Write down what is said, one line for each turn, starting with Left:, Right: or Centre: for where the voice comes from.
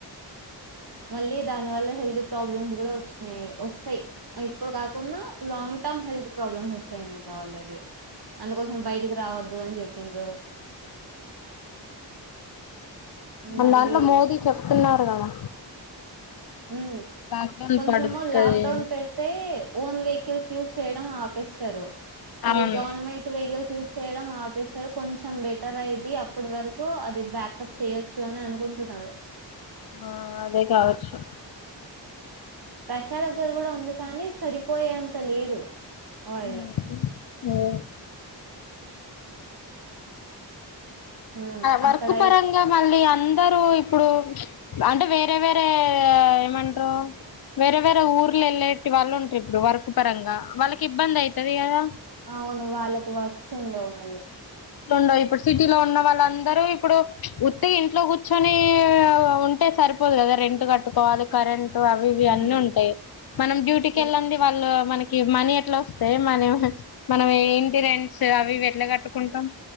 Right: మళ్ళీ దాని వల్ల హెల్త్ ప్రాబ్లమ్స్ కూడా వచ్చినాయి వస్తాయి ఇప్పుడు కాకుండా లాంగ్ టర్మ్ హెల్త్ ప్రాబ్లమ్స్ వస్తాయంట వాళ్ళకి అందుకోసం బయటికి రావద్దు అని చెప్పిన్రు
Left: మన
Right: మళ్ళీ
Left: దాంట్లో మోదీ చెప్తున్నారు కదా
Right: మ్మ్
Left: లాక్డౌన్
Right: కొంచము
Left: పడుతది
Right: లాక్డౌన్
Left: అని
Right: పెడితే ఓన్ వెహిక కిల్స్ యూస్ చేయడం ఆపేస్తారు ఇవి
Left: అవును
Right: గవర్నమెంట్ వెహికల్స్ యూజ్ చేయడం ఆపేస్ సరే కొంచెం బెటర్ అయిద్ది అప్పటి వరకు అది బ్యాకప్ చేయొచ్చు అని అనుకుంటున్నారు
Left: ఆ అదే కావచ్చు
Right: ప్రశాలద్ దగ్గర కూడా ఉంది కాని సరిపోయేంత లేదు ఆయిల్
Left: మ <unintelligible> మ్మ్
Right: ఉమ్
Left: వర్క్
Right: అక్కడయి
Left: పరంగా మళ్ళీ అం అందరూ ఇప్పుడు అంటే వేరే వేరే ఏమంటారు వేరే వేరే ఊర్లు వెళ్ళేటి వాళ్ళు ఉంటారు ఇప్పుడు వర్కు పరంగా వాళ్ళకి ఇబ్బంది అయ్యితది కదా
Right: అవును వాళ్ళకు వర్క్స్ ఉండవు మళ్ళీ
Left: ఉండయ్ ఇప్పుడు సిటీలో ఉన్న వాళ్ళ అందరూ ఇప్పుడు ఉత్తిగా ఇంట్లో కూర్చొని ఉంటే సరిపోదు కదా రెంట్ కట్టుకోవాలి కరెంట్ అవి ఇవి అన్నీ
Right: ఉమ్
Left: ఉంటాయి మనం డ్యూటీకి
Right: ఎక్
Left: వెళ్ళంది వాళ్ళు మనకి మనీ ఎట్లా వస్తాయి మనీ మనం ఇంటి రెంట్స్ అవి ఇవి ఎట్లా కట్టుకుంటం